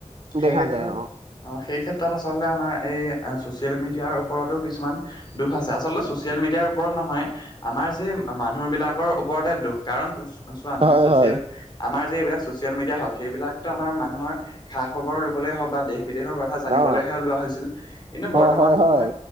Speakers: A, on the left (about 35°); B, on the right (about 55°).
A: সেই
B: দেখা
A: ক্ষেত্ৰত
B: যায়
A: অ, সেই ক্ষেত্ৰত আচলতে আমাৰ এই আ--ছচিয়েল মিডিয়াৰ ওপৰতো কিছুমান দুখ আছে। আচলতে ছচিয়েল মিডিয়াৰ ওপৰত নহয় আমাৰ যি মানুহ বিলাকৰ ওপৰতে দুখ কাৰণ বস্ চোৱা তুমি
B: হয়
A: চচিয়েল
B: হয়
A: আমাৰ যে এইবিলাক ছচিয়েল মিডিয়া হওক সেইবিলাকটো আমাৰ মানুহৰ খা-খবৰ ল'বলে হওঁক বা দেশ বিদেশৰ কথা জানিবলেহে
B: অ
A: ওলোৱা হৈছিল কিন্তু বৰ্তমান
B: অ হয়
A: সময়ত
B: হয়